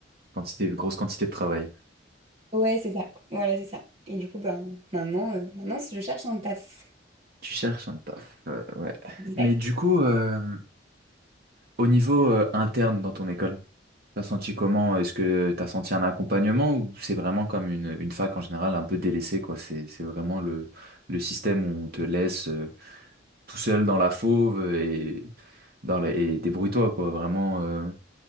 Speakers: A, on the right (about 55°); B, on the right (about 35°).
A: Quantité, grosse quantité de travail.
B: Ouais, c'est ça. Voilà, c'est ça. Et du coup, ben, maintenant, euh, maintenant, je cherche un taf.
A: Tu cherches un taf, euh, ouais.
B: Exact.
A: Mais du coup, euh, au niveau euh, interne dans ton école, t'as senti comment? Est-ce que t'as senti un accompagnement ou c'est vraiment comme une, une fac en général un peu délaissée, quoi? C'est, c'est vraiment le, le système où on te laisse euh, tout seul dans la fauve et, dans la- et débrouille-toi, quoi. Vraiment, euh,